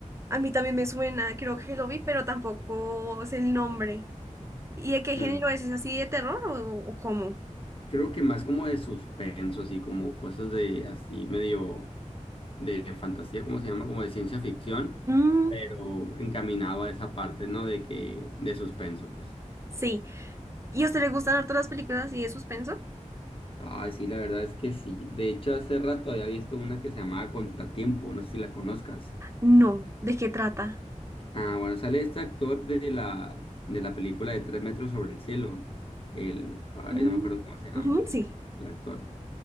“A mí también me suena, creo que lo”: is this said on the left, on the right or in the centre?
Right